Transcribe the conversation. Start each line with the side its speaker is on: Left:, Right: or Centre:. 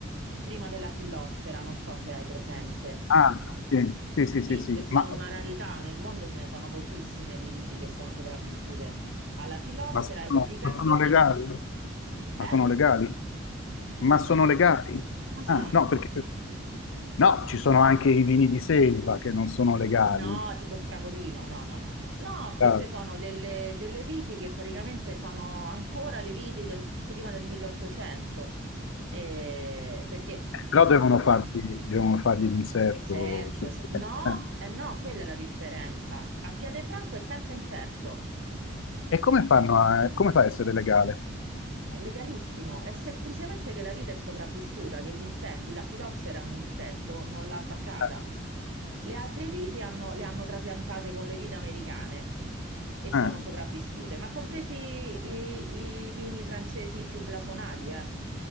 Right: prima della fillossera, non so se hai presente.
Left: Ah, sì, sì, sì, sì,
Right: Sì,
Left: sì.
Right: che sono
Left: Ma,
Right: una rarità, nel mondo ce ne sono pochissime di viti che sono sopravvissute alla fillossera
Left: ma sono,
Right: e di cacchione
Left: ma sono legali?
Right: ce ne...
Left: Ma
Right: Eh?
Left: sono legali? Ma
Right: Come
Left: sono
Right: no?
Left: legali?
Right: Ma certo!
Left: Ah, no, perché no, ci sono anche i vini di selva che non sono legali,
Right: No, tipo il fragolino, no, no, no, no. No, queste
Left: ah,
Right: sono delle, delle viti che praticamente sono ancora le viti del, prima del 1800, Eh, perché la
Left: però
Right: fin...
Left: devono fargli, devono fargli l'inserto
Right: Certo,
Left: sul...
Right: cer- no,
Left: eh. eh.
Right: eh no, quella è la differenza. A Piede franco è senza inserto.
Left: E come fanno a, come fa a essere legale?
Right: Ma È legalissimo, è semplicemente che la vita è sopravvissuta, che l'inset- la filossera è un insetto, non l'ha attaccata.
Left: Eh,
Right: Le altre viti hanno- le hanno trapiantate con le vite americane e sono
Left: eh,
Right: sopravvissute, ma compresi i, i vini francesi più blasonati, eh.